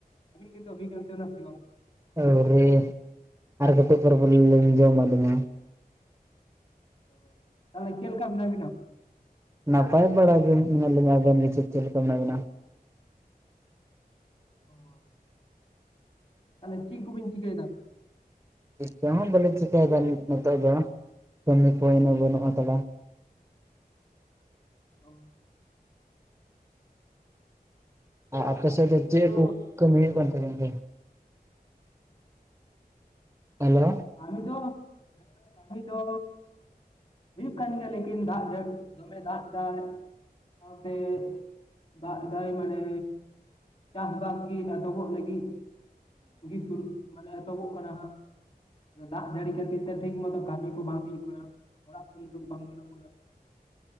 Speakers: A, on the left; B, on the right.
A: ᱟᱹᱵᱤᱱ ᱜᱮᱛᱚ ᱦᱩᱭ ᱠᱟᱱ ᱛᱟᱵᱤᱱᱟ ᱥᱮ ᱵᱟᱝ?
B: ᱟ. ᱶᱨᱤ, ᱟᱨ ᱠᱟᱴᱤᱢ ᱯᱚᱨᱮ ᱵᱚᱞᱮ ᱞᱤᱧ ᱡᱚᱢᱟ ᱫᱚ ᱦᱟᱸᱜ᱾
A: ᱚ, ᱛᱟᱦᱚᱞᱮ ᱪᱮᱫ ᱞᱮᱠᱟ ᱢᱮᱱᱟᱜ ᱵᱤᱱᱟ?
B: ᱱᱟᱯᱟᱭ ᱵᱟᱲᱟ ᱜᱮ ᱢᱮᱱᱟᱜ ᱞᱤᱧᱟ, ᱟᱵᱮᱱ ᱜᱮ ᱪᱮᱫ ᱪᱮᱫ ᱞᱮᱠᱟ ᱢᱮᱱᱟᱜ ᱵᱤᱱᱟ?
A: ᱚ ᱛᱟᱦᱚᱞᱮ ᱪᱮᱫ ᱠᱚᱵᱤᱱ ᱪᱤᱠᱟᱹᱭᱮᱫᱟ?
B: ᱪᱮᱫ ᱠᱚᱦᱚ ᱵᱟᱞᱤᱧ ᱪᱤᱠᱟᱭᱮᱫᱟ ᱱᱤᱛᱚᱜ ᱫᱚ, ᱠᱟᱹᱢᱤ ᱠᱚ ᱩᱱᱟᱹᱜ ᱵᱟᱹᱱᱩᱜ ᱠᱟᱫᱟ᱾
A: ᱚ
B: ᱟᱨ ᱟᱯᱮ ᱥᱮᱫ ᱫᱚ ᱪᱮᱫ
A: ᱛᱚ
B: ᱠᱚ ᱠᱟᱹᱢᱤ ᱦᱩᱭᱩᱜ ᱠᱟᱱ ᱛᱟᱵᱤᱱ ᱛᱮ? ᱦᱮᱞᱳ᱾
A: ᱠᱟᱹᱢᱤ ᱫᱚ ᱦᱮᱸᱻ ᱠᱟᱹᱢᱤ ᱫᱚᱻ ᱦᱩᱭᱩᱜ ᱠᱟᱱ ᱜᱮᱭᱟ, ᱞᱮᱠᱤᱱ ᱫᱟᱜ ᱡᱟᱲ ᱫᱚᱢᱮ ᱫᱟᱜ ᱫᱟᱭ᱾ ᱥᱟᱶᱛᱮ ᱫᱟᱜ ᱫᱟᱹᱭ ᱢᱟᱱᱮ ᱪᱟᱥᱼᱵᱟᱥ ᱜᱮ ᱮᱛᱚᱦᱚᱵᱚᱜ ᱞᱟᱹᱜᱤᱫ ᱜᱤ ᱥᱩᱨᱩ ᱢᱟᱱᱮ ᱮᱛᱚᱦᱚᱵᱚᱜ ᱠᱟᱱᱟ ᱦᱟᱸᱜ᱾ ᱟᱫᱚ ᱫᱟᱜ ᱡᱟᱹᱲᱤ ᱠᱷᱟᱹᱛᱤᱨ ᱛᱮ ᱴᱷᱤᱠ ᱢᱚᱛᱚ ᱠᱟᱹᱢᱤ ᱠᱚ ᱵᱟᱝ ᱦᱩᱭᱩᱜ ᱠᱟᱱᱟ, ᱚᱲᱟᱜ ᱠᱷᱚᱱ ᱩᱰᱩᱠ ᱵᱟᱝ ᱜᱟᱹᱱᱚᱜ ᱠᱟᱱᱟ᱾